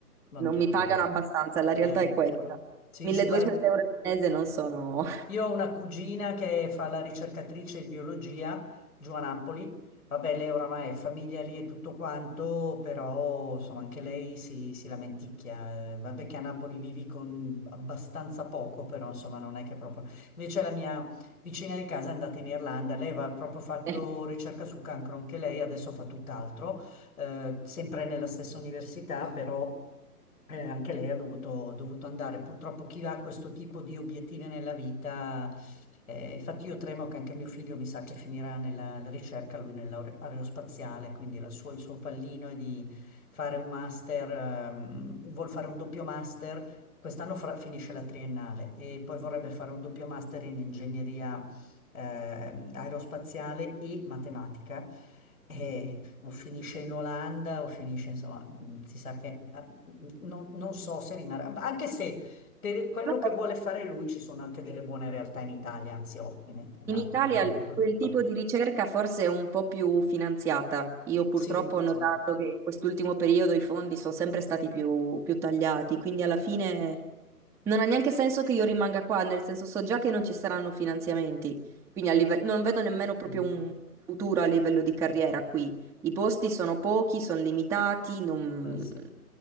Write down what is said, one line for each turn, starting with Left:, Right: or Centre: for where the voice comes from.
Left: non
Centre: non
Left: tutti
Centre: mi pagano
Left: via.
Centre: abbastanza, la realtà
Left: Eh,
Centre: è questa.
Left: vero. Sì,
Centre: 1200
Left: sì, guarda.
Centre: euro al mese non sono...
Left: Io ho una cugina che fa la ricercatrice di biologia giù a Napoli. Vabbè, lei oramai è famiglia lì e tutto quanto, però insomma anche lei si, si lamenticchia. Eh, Vabbè che a Napoli vivi con abbastanza poco, però insomma non è che proprio... Invece la mia vicina di casa è andata in Irlanda, lei aveva proprio fatto
Centre: <laughs>
Left: ricerca sul cancro, anche lei adesso fa tutt'altro, eh, sempre nella stessa università, però eh, anche lei ha dovuto, dovuto andare. Purtroppo chi ha questo tipo di obiettivi nella vita, eh, infatti io tremo che anche mio figlio mi sa che finirà nella ricerca, lui nell'aerospaziale, quindi la sua- il suo pallino è di fare un master, ehm, vuol fare un doppio master, quest'anno fra- finisce la triennale e poi vorrebbe fare un doppio master in ingegneria ehm, aerospaziale e matematica. E o finisce in Olanda o finisce, insomma, mh, si sa che ah, non, non so se rimarrà, ma anche se per quello
Centre: Vabbè,
Left: che vuole fare lui ci sono anche delle buone realtà in Italia, anzi ottime, una,
Centre: In Italia
Left: una Leonardo.
Centre: l- quel
Left: vabbè.
Centre: tipo di ricerca forse è un po' più finanziata. Io purtroppo
Left: Sì,
Centre: ho notato
Left: sì,
Centre: che in quest'ultimo periodo i fondi sono sempre stati più, più tagliati, quindi alla fine non ha neanche senso che io rimanga qua, nel senso so già che non ci saranno finanziamenti, quindi a live- non vedo nemmeno proprio
Left: mm,
Centre: un futuro a livello di carriera qui. I posti sono pochi, sono limitati, non-
Left: può essere.